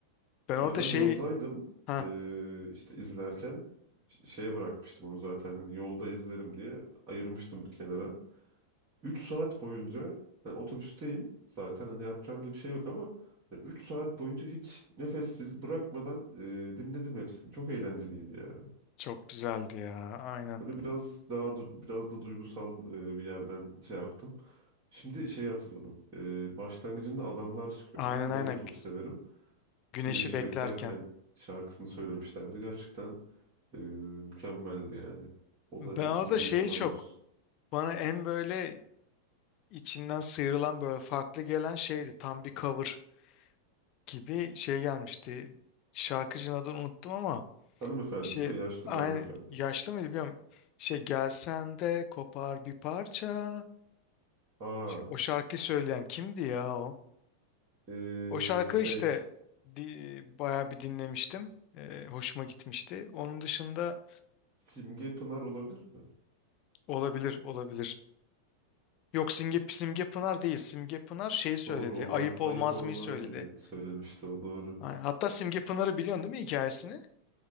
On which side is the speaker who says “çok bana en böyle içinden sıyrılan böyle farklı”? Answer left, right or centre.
Left